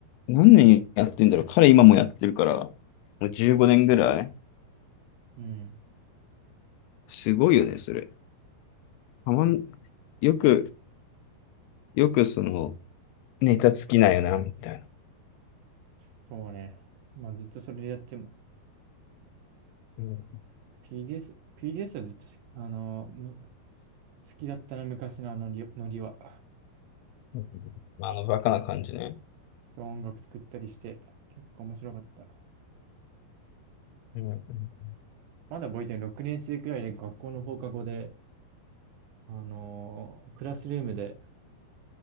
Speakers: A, on the left (about 85°); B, on the right (about 75°).
A: 何年やってんだろう。彼今もやってるから、もう15年ぐらい。
B: うん。
A: すごいよね、それ。たまん、よく、よくその、ネタ尽きないよな、みたいな。
B: そうね。まあずっとそれでやっても。
A: うん
B: PDS、PDS はずっとし、あのむ好きだったな、昔のあのりノリは。
A: うんあの、バカな感じね。
B: そう、音楽作ったりして、結構面白かった。
A: うんうん
B: まだ覚えてる6年生くらいで学校の放課後で、あのークラスルームで、